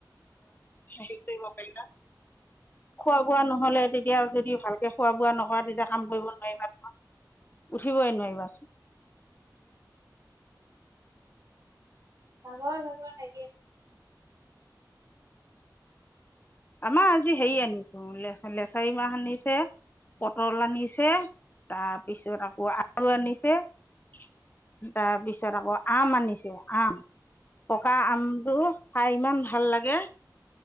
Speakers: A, on the left; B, on the right.
A: কৰিব পাৰিবা খোৱা বোৱা নহ'লে তেতিয়া যদি ভাল খোৱা বোৱা নোহোৱা দিনা কাম কৰিব নোৱাৰি নহয় উঠিবই নোৱাৰিবাচোন
B: ভাগৰ ভাগৰ লাগে
A: আমাৰ আজি হেই আনি শুলে হ'লে চাৰিমাহ আনিছে পটল আনিছে তাৰপিছত আকৌ আলু আনিছে
B: খা
A: <inaudible> পকা আমটো খাই ইমান ভাল লাগে